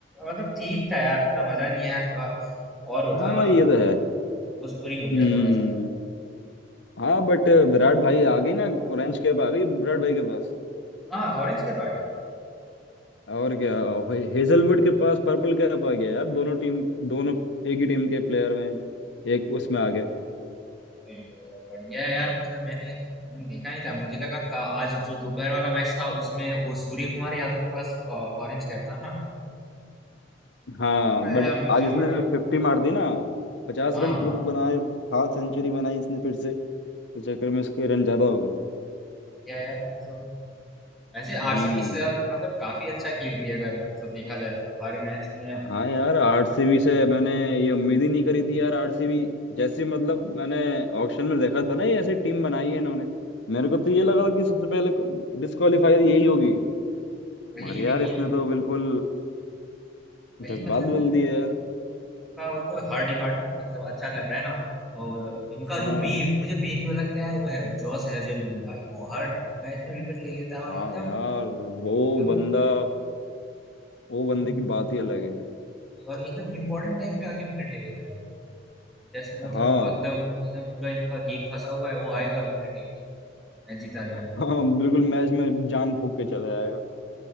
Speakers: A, in the centre; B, on the left.
A: मतलब ठीक था यार इतना मजा नहीं आया थोड़ा और होता
B: हाँ
A: ना
B: ये तो है
A: लो स्कोरिंग हो
B: हम्म
A: गया थोड़ा सा
B: हाँ बट विराट भाई आ गई ना ऑरेंज कैप आ गई विराट भाई के पास
A: हाँ ऑरेंज कैप आ गया
B: और क्या हे- हेजलवुड के पास पर्पल कैप आ गया यार दोनों टीम दोनों एक ही टीम के प्लेयर में एक उसमें आ गए
A: अरे ये बढ़िया है यार मतलब मैंने मैंने देखा नहीं था मुझे लगा का, आज जो दोपहर वाला मैच था उसमें वो सूर्य कुमार यादव के पास ऑरेंज कैप था ना
B: हाँ
A: मैंने
B: बट
A: कहा, यार मुझे
B: आज इसने
A: लगा
B: फिफ्टी मार दी ना पचास
A: हाँ
B: रन पूर्व बनाए हाफ सेंचुरी बनाई इसने फिर से इस चक्कर में इसके रन ज्यादा हो गए
A: बढ़िया यार फिर तो वैसे
B: हम्म
A: आरसीबी इस साल मतलब काफी अच्छा खेल रही है अगर मतलब देखा जाए तो हर मैच में
B: हाँ यार आरसीबी से मैंने ये उम्मीद ही नहीं करी थी यार आरसीबी जैसी मतलब मैंने ऑक्शन में देखा था ना ये ऐसी टीम बनाई है इन्होंने मेरे को तो ये लगा था कि सबसे पहले डिस्क्वालीफाई यही होगी
A: वही
B: मगर यार
A: लेकिन
B: इसने तो बिल्कुल
A: वही
B: जज्बात
A: मतलब
B: बदल दिया यार
A: इनका मतलब हर डिपार्टमेंट मतलब अच्छा कर रहा है ना और इनका
B: हाँ
A: जो मेन मुझे मेन जो लगता है यार वो है जॉस हेजलवुड भाई वो हर मैच में विकेट ले लेता है
B: हाँ
A: और एकदम
B: यार वो
A: एकदम
B: बंदा वो
A: एकदम
B: बंदे की बात ही अलग है
A: और एकदम इम्पोर्टेंट टाइम पे आके विकेट ले लेता है मतलब जैसे मतलब
B: हाँ
A: एकदम एकदम पूरा इनका गेम फंसा हुआ है वो आएगा विकेट लेके मैच जीता जाएगा
B: हाँ बिल्कुल मैच में जान फूक के चला जाए